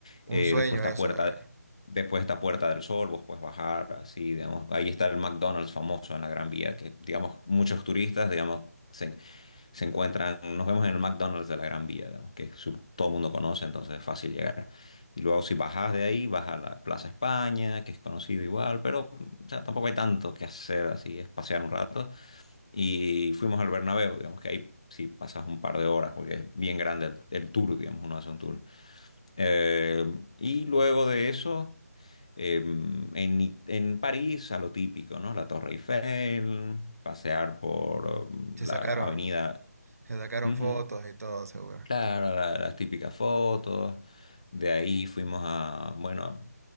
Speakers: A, on the left; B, on the right.
A: Eh,
B: un sueño
A: después está
B: eso.
A: Puerta,
B: eh.
A: después está Puerta del Sol, vos puedes bajar, así, digamos. Ahí está el McDonald's famoso en la Gran Vía, que, digamos, muchos turistas, digamos, se, se encuentran, nos vemos en el McDonald's de la Gran Vía, digamos, que su- todo el mundo conoce, entonces es fácil llegar. Y luego si bajas de ahí, vas a la Plaza España, que es conocido igual, pero o sea, tampoco hay tanto que hacer así, es pasear un rato. Y fuimos al Bernabéu, digamos que ahí sí pasas un par de horas, porque es bien grande el, el tour, digamos, uno hace un tour. Eh, y luego de eso, eh, en, I- en París, a lo típico, ¿no? La Torre Eiffel, pasear por um,
B: Se
A: la
B: sacaron,
A: avenida...
B: se sacaron
A: Ujú.
B: fotos y todo, seguro.
A: Claro, la- las típicas fotos. De ahí fuimos a, bueno,